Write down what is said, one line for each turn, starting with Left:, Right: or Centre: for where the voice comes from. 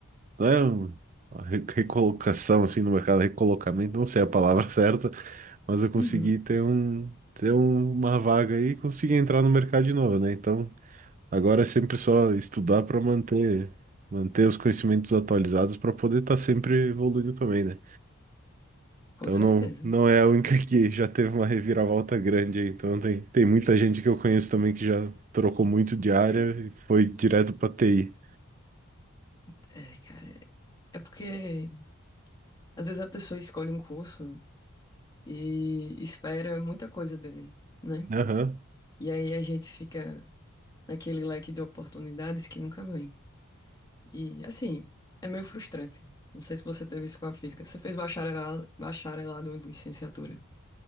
Right: Não é um- uma re- recolocação, assim, no mercado, recolocamento, não sei a palavra <laughs> certa, mas eu consegui
Left: Uhum.
Right: ter um, ter um- uma vaga aí e consegui entrar no mercado de novo, né? Então, Agora é sempre só estudar para manter manter os conhecimentos atualizados para poder estar sempre evoluindo também, né?
Left: Com
Right: Então
Left: certeza.
Right: não não é a única <laughs> que já teve uma reviravolta grande aí. Então tem tem muita gente que eu conheço também que já trocou muito de área e foi direto para TI.
Left: É, cara. É é porque às vezes a pessoa escolhe um curso e espera muita coisa dele, né?
Right: Aham.
Left: E aí a gente fica naquele leque de oportunidades que nunca vem. E assim, é meio frustrante. Não sei se você teve isso com a física. Você fez bacharelado, bacharelado em licenciatura.